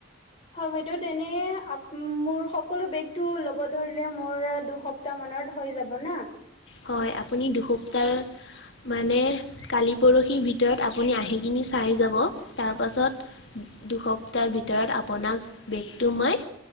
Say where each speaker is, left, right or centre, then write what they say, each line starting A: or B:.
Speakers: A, on the left; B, on the left.
A: হয় বাইদেউ যেনে আপ মোৰ সকলো বেগটো ল'ব ধৰিলে মোৰ দুসপ্তাহ মানত হৈ যাব না?
B: হয় আপুনি দুসপ্তাহ মানে কালি পৰহিৰ ভিতৰত আপুনি আহি কিনি চাই যাব তাৰপাছত দুসপ্তাহৰ ভিতৰত আপোনাক বেগটো মই